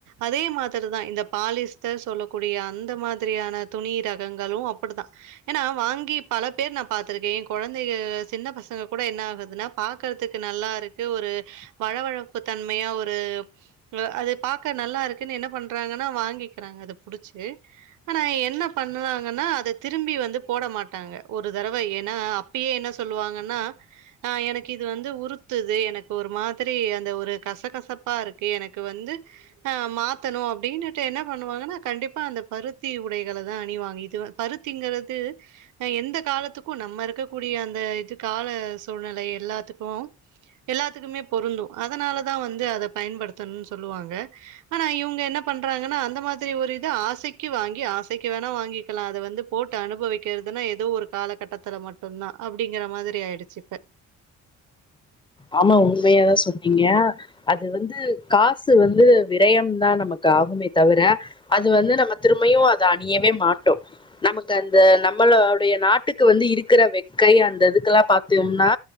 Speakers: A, on the right; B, on the left.
A: அதே மாதிரிதான் இந்த பாலிஸ்டர் சொல்லக்கூடிய அந்த மாதிரியான துணி ரகங்களும் அப்படித்தான் ஏன்னா வாங்கி பல பேர் நான் பா்த்திருக்கேன் குழந்தை சின்ன பசங்க கூட என்ன ஆகுதுன்னா பாக்கறதுக்கு நல்லா இருக்கு ஒரு வழவழப்பு தன்மையா ஒரு அது பாார்க நல்லா இருக்குன்னு என்ன பண்றாங்கன்னா வாங்கிக்கிறாங்க அது புிடிச்சு ஆனா என்ன பண்ணறாங்கன்னா அதை திரும்பி வந்து போட மாட்டாங்க ஒரு தடவை ஏன்னா அப்பயே என்ன சொல்லுவாங்கன்னா ஆஹ் எனக்கு இது வந்து உறுத்துது எனக்கு ஒரு மாதிரி அந்த ஒரு கசகசப்பா இருக்கு எனக்கு வந்து அஹ மாத்தணும் அப்படின்னுட்டு என்ன பண்ணுவாங்கன்னா கண்டிப்பா அந்த பருத்தி உடைகளை தான் அணிவாங்க இது பருத்திங்கிறது எந்த காலத்துக்கும் நம்ம இருக்கக்கூடிய அந்த இது கால சூழ்நிலை எல்லா க்கும் எல்லாத்துக்குமே பொருந்தும் அதனாலதான் வந்து அத பயன்படுத்தணும்னு சொல்லுவாங்க ஆனா இவங்க என்ன பண்றாங்கன்னா அந்த மாதிரி ஒரு இது ஆசைக்கு வாங்கி ஆசைக்கு வேணா வாங்கிக்கலாம் அதை வந்து போட்டு அனுபவிக்கிறதுன்னா ஏதோ ஒரு காலகட்டத்துல மட்டும்தான் அப்படிங்கிற மாதிரி ஆயிடுச்சுப்ப
B: ஆமா உண்மையாதான் சொன்னீங்க அது வந்து காசு வந்து விரயம தான் நமக்கு ஆகுமே தவிர அது வந்து நம்ம திரும்பையும் அதை அணியவே மாட்டோம் நமக்கு அந்த நம்மளோடைய நாட்டுக்கு வந்து இருக்கிற வெக்கை அந்த இதுக்கெல்லாம் பாாரத்தம்னா